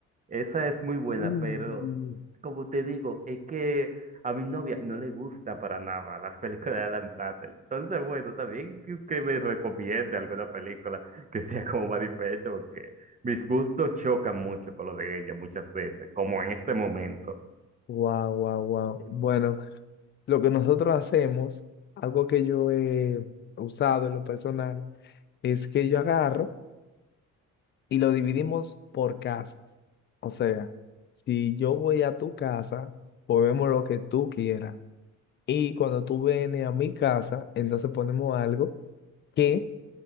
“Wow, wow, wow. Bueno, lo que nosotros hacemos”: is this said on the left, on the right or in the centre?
Left